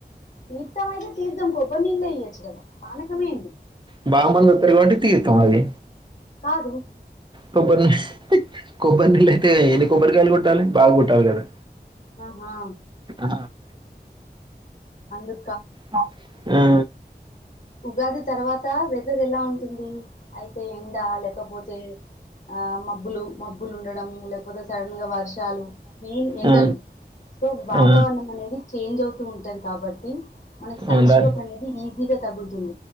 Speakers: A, on the left (about 45°); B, on the right (about 25°).
A: ఇ అయితే తీర్థం కొబ్బరినీళ్లే ఈయోచ్చు గద పానకమే
B: <unintelligible> తీర్థం ఆయే
A: కాదు
B: కొబ్బరి కొబ్బరి నీళ్ళు అయితే ఎన్ని కొబ్బరికాయలు కొట్టాలి బాగా కొట్టాలి కదా!
A: ఆహా
B: ఆ,
A: అందు
B: ఆ ఆ
A: ఉగాది తర్వాత వెదర్ ఎలా ఉంటుంది అయితే ఎండ లేకపోతే ఆ మబ్బులు మబ్బులు ఉండడం లేకపోతే సడన్ గా వర్షాలు మెయిన్ ఎండలు
B: ఆ,
A: సో వాతావరణం
B: ఆ,
A: అనేది చేంజ్ అవుతు ఉంటది కాబట్టి మనకి సన్స్ట్రోక్
B: ఆ, దా-
A: అనేది ఈజీగా తగుల్